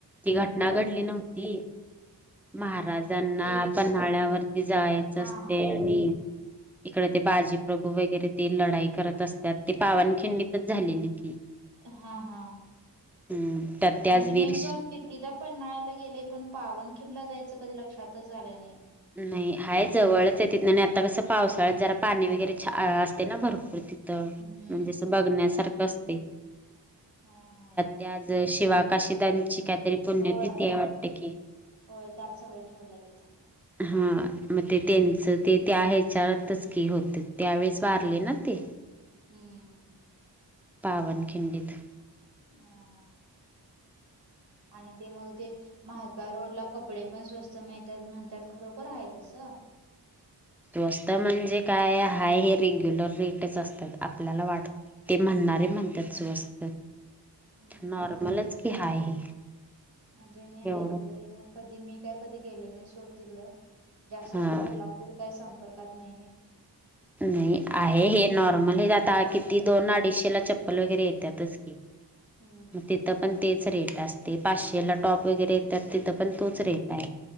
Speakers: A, in the centre; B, on the right (about 65°).
A: ती घटना घडली नव्हती महाराजांना
B: ते
A: पन्हाळ्यावरती जायचं
B: हा
A: असते
B: हा हा
A: आणि इकडे ते बाजी प्रभू वगैरे ते लढाई करत असत्यात ते पावनखिंडीतच झालेली की
B: हा हा
A: हम् त्यात त्याच
B: म्हणजे
A: वीर
B: मी पण कितीदा पन्हाळ्याला गेलोय पण पावनखिंडला जायचं कधी लक्षातच आलं नाही.
A: नाही हाय जवळच आहे तिथ आणि आता कस पावसाळ्यात जरा पाणी वगैरे छा असते ना भरपूर तिथ तिथ म्हणजे
B: हम्म
A: अस बघण्यासारखं असतय.
B: हा हा हा
A: ते आज शिवाकाशीदांची काहीतरी पुण्यतिथी
B: होय
A: आहे वाटत की
B: होय त्यात सगळ ठेवल्यालीत
A: हा मग ते त्यांचं ते त्या ह्याच्यातच की होतीत त्यावेेळेस वारले ना ते
B: हम्म हम्म
A: पावनखिंडित
B: हा हा हा आणि ते मग ते महाद्वारोडला कपडे पण स्वस्त मिळतात म्हणत्यात खरोखर आहे तसं
A: स्वस्त म्हणजे काय हाय हे रेग्युलर रेटच असतात आपल्याला वाटत ते म्हणणारे म्हणत्यात स्वस्त
B: हम्म
A: नॉर्मलच की हाय हे
B: म्हणजे मी ऐकलय
A: एवढं
B: कधी मी काय कधी गेले नाही सोड तिकड जास्त
A: हा
B: असं कोल्हापूर पूर काय संपर्कात नाही ने
A: नाही आहे हे नॉर्मल हे आता किती दोन आडीशे ला चप्पल वगैरे येतातच
B: हम्म हम्म
A: मग तिथं पण तेच रेट असत ते पाचशेला टॉप वगैरे येतात तिथं पण तोच रेट आहे.